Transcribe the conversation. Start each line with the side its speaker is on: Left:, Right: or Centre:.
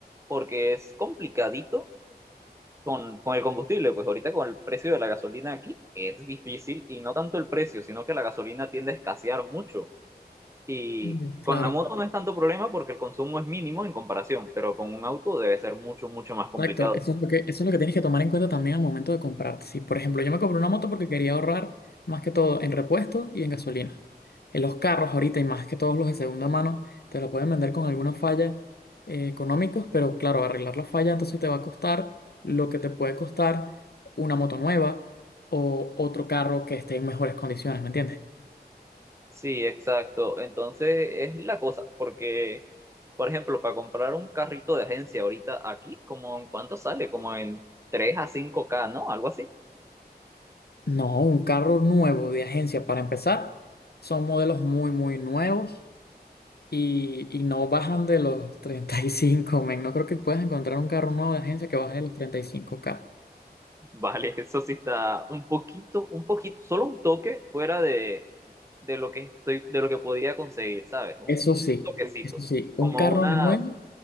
Right: porque es complicadito con, con el combustible, pues ahorita con el precio de la gasolina aquí es difícil y no tanto el precio, sino que la gasolina tiende a escasear mucho. Y
Left: Mm,
Right: con
Left: Claro.
Right: la moto no es tanto problema porque el consumo es mínimo en comparación, pero con un auto debe ser mucho, mucho más complicado.
Left: Exacto, eso es lo que, eso es lo que tienes que tomar en cuenta también al momento de comprarte. Si, por ejemplo, yo me compré una moto porque quería ahorrar más que todo en repuestos y en gasolina. En los carros ahorita y más que todos los de segunda mano, te lo pueden vender con alguna falla eh, económicos, pero claro, arreglar la falla entonces te va a costar lo que te puede costar una moto nueva o otro carro que esté en mejores condiciones, ¿me entiendes?
Right: Sí, exacto. Entonces es la cosa, porque, por ejemplo, para comprar un carrito de agencia ahorita aquí, como en cuánto sale, como en tres a cinco k ¿no? Algo así.
Left: No, un carro nuevo de agencia para empezar, son modelos muy, muy nuevos y, y no bajan de los 35 men. No creo que puedas encontrar un carro nuevo de agencia que baje de los treinta y cinco k
Right: Vale, eso sí está un poquito, un poquito, solo un toque fuera de, de lo que estoy, de lo que podía conseguir, ¿sabes? Un,
Left: Eso
Right: un
Left: sí,
Right: toquecito.
Left: eso sí,
Right: Como
Left: un carro
Right: una,
Left: nuevo,